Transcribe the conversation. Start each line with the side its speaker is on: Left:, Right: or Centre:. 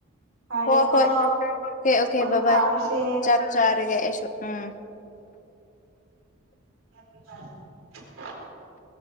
Right: ꯐꯔꯦꯀꯣ
Left: ꯍꯣ ꯍꯣꯏ ꯑꯣꯀꯦ ꯑꯣꯀꯦ
Right: ꯃꯪ
Left: ꯕ
Right: ꯐꯥꯔꯁꯦ
Left: ꯕꯥꯏ ꯆꯥꯛ ꯆꯥꯔꯒꯦ ꯑꯩꯁꯨ ꯎꯝ
Right: <inaudible>